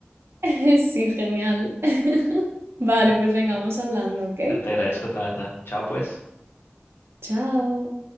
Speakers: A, on the right (about 85°); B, on the left (about 70°).
A: <laughs> Sí, genial. <laughs> Vale,
B: Bueno,
A: pues venga,
B: bueno,
A: vamos hablando, ¿ok?
B: bueno, te agradezco, Tata. Chao, pues.
A: Chao.